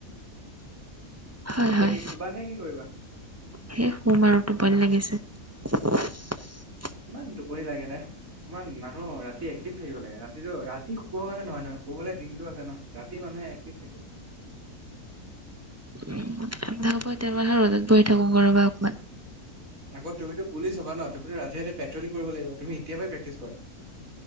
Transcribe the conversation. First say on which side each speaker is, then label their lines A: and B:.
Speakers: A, on the right; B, on the right.
A: হয়
B: এতিয়া
A: - হয়।
B: কি শুবা নে কি কৰিবা
A: সেই শুম আৰু, টোপনি লাগিছে। <unintelligible>
B: ইমান টোপনি লাগে নে? অকমান মানুহ ৰাতি এক্টিভ থাকিব লাগে। ৰাতিটো- ৰাতি শুবৰ কাৰণে নহয়, নহয়। শুবলে দিনটো আছে ন'? ৰাতি মানুহে এক্টিভ থাকিব লাগে।
A: <inaudible> আধা <unintelligible> এতিয়া মানে ৰ'দত বহি থাকো ক'ৰবাত অকমান।
B: আকৌ তুমিতো পুলিচ হবা ন'? তুমিতো ৰাতি - ৰাতি পেট্ৰলিং কৰিব লাগিব। তুমি এতিয়াৰ পৰাই প্ৰেক্টিছ কৰা।